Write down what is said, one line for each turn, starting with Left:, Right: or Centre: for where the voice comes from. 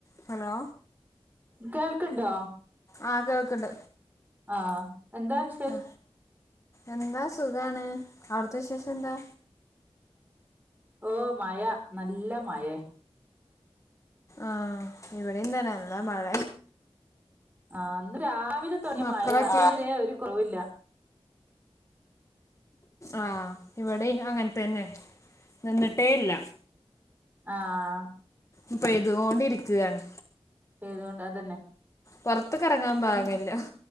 Left: Hello
Right: കേൾക്ണ്ടോ?
Left: ആഹ് കേൾക്ക്ണ്ട്
Right: ആഹ് എന്താ വിഷ്
Left: ആ എന്താ സുഖാണ് അവ്ട്ത്തെ വിശേഷം എന്താ
Right: ഓ മഴ നല്ല മഴേ.
Left: ആഹ് ഇവടിം തന്നെ നല്ല മഴ
Right: ആഹ് ഇന്ന് രാവിലെ തൊടങ്ങിയ
Left: മക്കളൊക്കെ
Right: മഴ ഇതുവരെ ഒരു കൊറവില്ല.
Left: ആഹ് ഇവടിം അങ്ങൻതന്നെ, നിന്നിട്ടേ ഇല്ല.
Right: ആഹ്
Left: ഇപ്പൊ പെയ്തുകൊണ്ടിരിക്കുകയാണ്
Right: പെയ്തോണ്ട് അതന്നെ
Left: പുറത്തക്ക് ഇറങ്ങാൻ പാകല്ല.
Right: എൻ